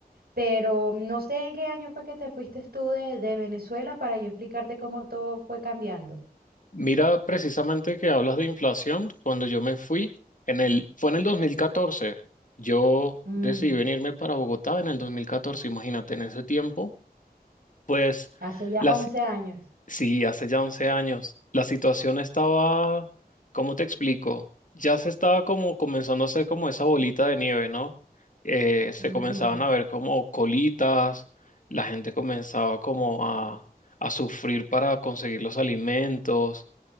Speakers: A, on the right; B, on the left.
A: pero no sé en qué año fue que te fuiste tú de, de Venezuela para yo explicarte cómo todo fue cambiando.
B: Mira, precisamente que hablas de inflación, cuando yo me fui, en el, fue en el 2014. Yo
A: Mm,
B: decidí venirme para Bogotá en el 2014. imagínate, en ese tiempo, pues
A: hace ya
B: las
A: once años.
B: Sí, hace ya 11 años. La situación estaba, ¿cómo te explico? Ya se estaba como comenzando a hacer como esa bolita de nieve, ¿no? Eh, se
A: Ujú,
B: comenzaban a ver como colitas, la gente comenzaba como a, a sufrir para conseguir los alimentos.